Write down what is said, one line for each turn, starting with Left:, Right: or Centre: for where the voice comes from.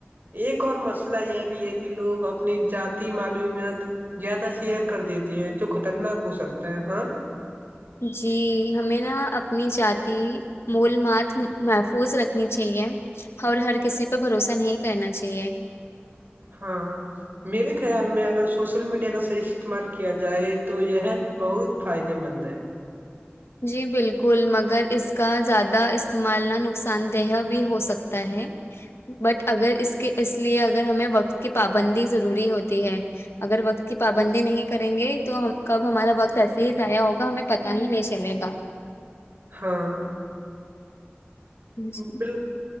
Right: ایک اور مسئلہ یہ بھی ہے کہ لوگ اپنی جذات معلوومت زیادہ شیئر کر دیتے ہیں جو خطرناک ہو سکتا ہے ہاں
Left: جی ہمیں نا اپنی جذاتی مول مات محفوظ رکھنی چاہیے اور ہر کسی پہ بھروسہ نہیں کرنا چاہیے
Right: ہاں میرے خیال میں اگر سوشل میڈیا کا صحیح استعمال کیا جائے تو یہ بہت فائدے مند ہے
Left: جی بالکل مگر اس کا زیادہ استعمال نہ نقصان دہ بھی ہو سکتا ہے بٹ اگر اس کے اس لیے اگر ہمیں وقت کی پابندی ضروری ہوتی ہے اگر وقت کی پابندی نہیں کریں گے تو کب ہمارا وقت ایسے ہی ضائع ہوگا ہمیں پت ہی نہیں چل چلے گا
Right: ہاں
Left: جی
Right: بلو